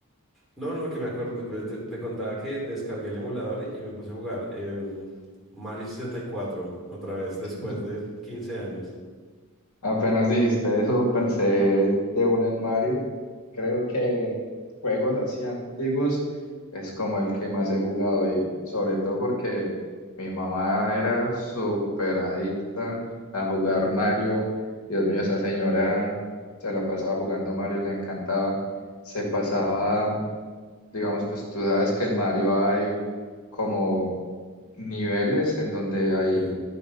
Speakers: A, in the centre; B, on the left.
A: No, no, que me acuerdo. ve- Te, te contaba que descargué el emulador y me puse a jugar em, Mario 64 otra vez después
B: <laughs>
A: de quince años.
B: apenas dijiste eso, pensé de una en Mario, creo que juegos así antiguos es como el que más he jugado y sobre todo porque mi mamá era súper adicta a jugar Mario, Dios mío, esa señora se la pasaba jugando Mario, le encantaba, se pasaba Digamos, pues tú sabes que en Mario hay como niveles en donde hay
A: Sí.